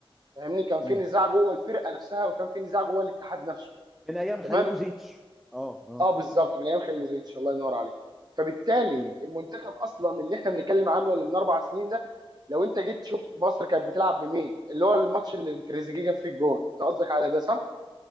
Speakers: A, on the right (about 45°); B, in the centre.
A: فاهمني كان في
B: مم.
A: نزاع جوه الفرقه نفسها وكان في نزاع جوه الاتحاد نفسه
B: من ايام
A: تمام
B: خليلوزيتش اه اه
A: اه بالظبط من ايام خليلوزيتش الله ينور عليك فبالتالي
B: مم.
A: المنتخب اصلا اللي احنا بنتكلم عنه اللي من اربع سنين ده لو انت جيت شفت مصر كانت بتلعب بمين اللي هو الماتش اللي تريزيجيه جاب فيه الجون انت قصدك على ده صح